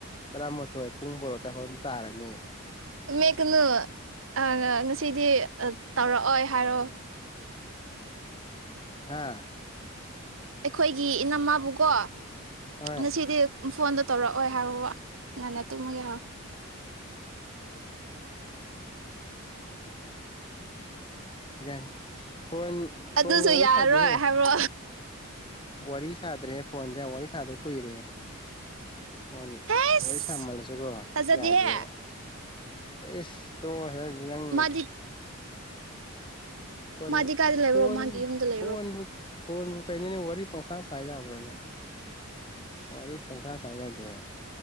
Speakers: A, on the left; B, on the right.
A: ꯇꯔꯥꯃꯥꯊꯣꯏ ꯄꯨꯡ ꯕꯣꯔꯣ ꯇꯍꯟ ꯇꯥꯔꯅꯤ
B: ꯃꯦꯠꯀꯅꯨ ꯑ ꯉꯁꯤꯗꯤ ꯇꯧꯔꯛꯑꯣꯏ ꯍꯥꯏꯔꯣꯑꯣ
A: ꯍꯥꯥ
B: ꯑꯩꯈꯣꯏꯒꯤ ꯏꯅꯝꯃꯥꯕꯨꯀꯣ
A: ꯍꯣꯏ
B: ꯉꯁꯤꯗꯤ ꯐꯣꯟꯗꯣ ꯇꯧꯔꯛꯑꯣꯏ ꯍꯥꯏꯕ ꯉꯟꯅ ꯇꯨꯝꯃꯒꯦ ꯍꯥꯏꯥꯎ
A: ꯌꯥꯅꯤ ꯎꯝ ꯐꯣꯟ ꯐꯣꯟꯒ
B: ꯑꯗꯨꯁꯨ
A: ꯋꯥꯔꯤ
B: ꯌꯥꯔꯔꯣꯏ
A: ꯁꯥꯗꯦꯍꯦ
B: ꯍꯥꯏꯕ꯭ꯔꯣ
A: ꯋꯥꯔꯤ ꯁꯥꯗ꯭ꯔꯦꯍꯦ ꯐꯣꯟꯁꯦ ꯋꯥꯔꯤ ꯁꯥꯗ ꯑꯣꯏꯣꯏꯔꯦ ꯍꯣꯟ
B: ꯑꯩꯁ
A: ꯂꯣꯏ ꯁꯝꯃꯜꯂꯁꯨꯀꯣ
B: ꯊꯥꯖꯗꯦꯍꯦ
A: ꯌꯥꯗꯦꯕ ꯏꯁꯇꯣ ꯍ ꯁꯤꯪ
B: ꯃꯥꯗꯤ
A: ꯐꯣꯟ
B: ꯃꯥꯗꯤ ꯀꯥꯏꯗ ꯂꯩꯕ꯭ꯔꯣ
A: ꯐꯣꯟ
B: ꯃꯥꯒꯤ ꯌꯨꯝꯗ ꯂꯩꯕ꯭ꯔꯣ
A: ꯐꯣꯟꯣꯟ ꯐꯣꯟꯕꯨ ꯀꯩꯩꯅꯅꯦ ꯋꯥꯔꯤ ꯄꯁꯥ ꯁꯕ꯭ꯔꯦꯅꯦ ꯋꯥꯔꯤ ꯄꯥꯡꯁꯥ ꯁꯥꯌꯥꯗꯦ